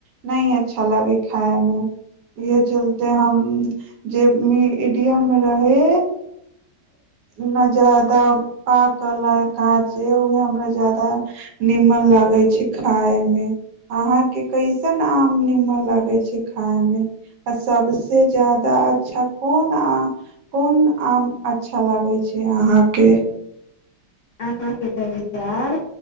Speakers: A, on the right; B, on the left.
A: नहि अच्छा लागे खााय मे इहे चलते हम जे मि इ मडियम रहे ने जदाा पाकल ने काँचे उहे हमरा जदाा नीमन लागे छै खाय मे अहाँके कैसन आम निीमन लागै छै खाय मे आ सबसे जादा अच्छा कोन आ कोन आम अच्छा लागै छै अहाँके
B: आ हँ कत विचार